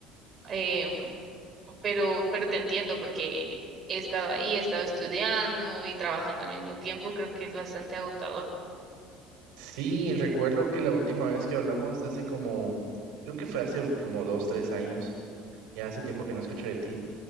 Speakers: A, on the right; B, on the right.
A: em, pero, pero te entiendo porque he estado ahí, he estado estudiando y trabajando al mismo tiempo, creo que es bastante agotador.
B: Sí, recuerdo que la última vez que hablamos hace como, creo que fue hace como dos, tres años. Ya hace tiempo que no escucho de ti.